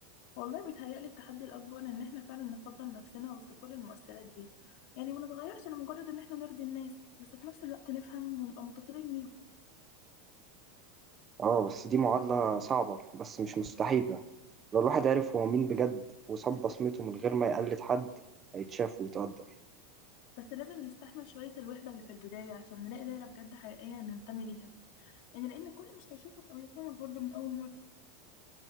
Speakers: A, on the left; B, on the right.
A: والله بيتهيألي التحدي الاكبر ان احنا فعلا نفضل نفسنا وسط كل المؤثرات دي يعني ما نتغيرش لمجرد ان احنا نرضي الناس بس في نفس الوقت نفهم ونبقى متطلبين بيهم
B: اه بس دي معادلة صعبة بس مش مستحيلة لو الواحد عرف هو مين بجد وساب بصمته من غير ما يقلد حد هيتشاف ويتقدر
A: بس لازم نستحمل شويه الوحده اللي في البدايه عشان نلاقي دايره بجد حقيقيه ننتمي ليها يعني لان كل مش هيشوفك او يفهمك برضو من اول مره